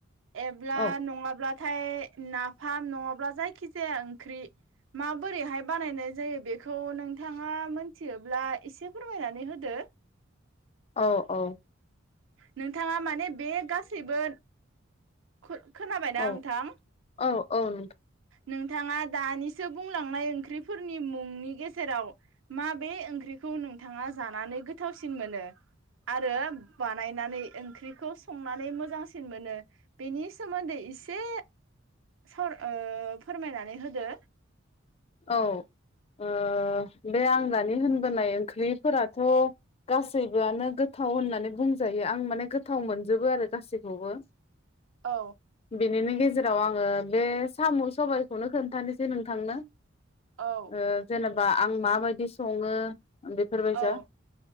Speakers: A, on the right (about 70°); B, on the left (about 30°).
A: एब्ला
B: औ
A: नङाब्लाथाय नाफाम नङाब्ला जायखि जाया ओंख्रि माबोरैहाय बानायनाय जायो बेखौ नोंथाङा मोनथियोब्ला इसे फोरमायनानै होदो।
B: औ औ।
A: नों थाङा माने बे गासैबो <unintelligible> खोनाबायना
B: औ
A: नोंथां
B: औ औ नोंथां
A: नोंथाङा दानिस सो बुंलांनाय ओंख्रिफोरनि मुंनि गेजेराव माबे ओंख्रिखौ नोंथाङा जानानै गोथावसिन मोनो आरो बाद नायनानै ओंख्रिखौ संनानै मोजांसिन मोनो? बेनि सोमोन्दै इसे साव ओ फोरमायनानै होदो।
B: औ ओ बे आं दानि होनबोनाय ओंख्रिफोराथ' गासैबोआनो गोथाव होननानै बुंजायो आं माने गोथाव मोनजोबो आरो गासैखौबो।
A: औ।
B: बेनि गेजेराव आङो बे साम' सबायखौनो खोन्थानोसै नोंथांनो। ओ
A: औ
B: जेनेब। बा आं माबायदि सङो बेफोरबायसा
A: औ